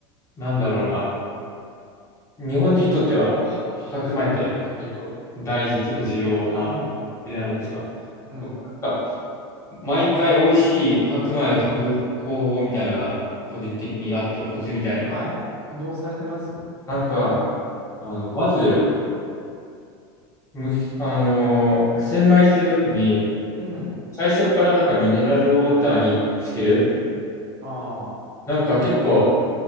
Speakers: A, on the left; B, on the right.
A: なんだろうな。日本人にとっては、は白米って結構大事っていうか重要な
B: うん、
A: じゃないですか。
B: うん。
A: 僕なんか毎回美味しい白米を炊く方法みたいなのが個人的にあってコツみたいなのが。
B: はい。どうされてます
A: なんか、あの、まず、むす、あのー洗米するときに
B: うん。
A: 最初からなんかミネラルウォーターにつける。
B: ああ。
A: なんか結構、